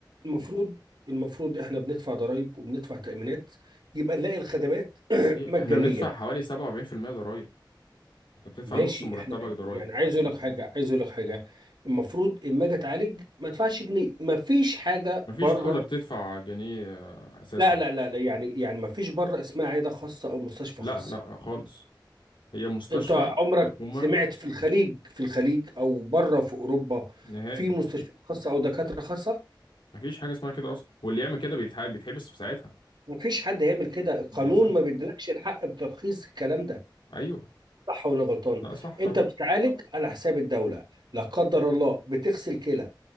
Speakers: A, on the right (about 60°); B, on the left (about 80°).
A: المفروض المفروض احنا بندفع ضرائب وبندفع تأمينات يبقى نلاقي الخدمات <clears throat>
B: ايوه
A: مجانية
B: احنا بندفع حوالي 47% ضرائب انت بتدفع
A: ماشي
B: نص مرتبك
A: احنا
B: ضرائب
A: يعني عايز اقول لك حاجة عايز اقول لك حاجة المفروض اما اجي اتعالج ما ادفعش جنيه ما فيش حاجة
B: مفيش
A: بره
B: دولة بتدفع جنيه اساسا
A: لا لا لا لا، يعني يعني ما فيش بره اسمها عيادة خاصة او مستشفى
B: لا
A: خاصة
B: لا خالص هي مستشفى
A: انت عمرك
B: حكومة
A: سمعت في الخليج في الخليج او بره في اوروبا
B: نهائي
A: في مستشفيات خاصه او دكاتره خاصه
B: مفيش حاجة اسمها كده اصلا واللي يعمل كده بيتحب بيتحبس في ساعتها
A: مفيش حد هيعمل كده القانون
B: بالظبط
A: ما بيديلكش الحق بترخيص الكلام ده
B: ايوه
A: صح ولا غلطان
B: لا صح طبعا
A: انت بتتعالج على حساب الدوله لا قدر الله بتغسل كلى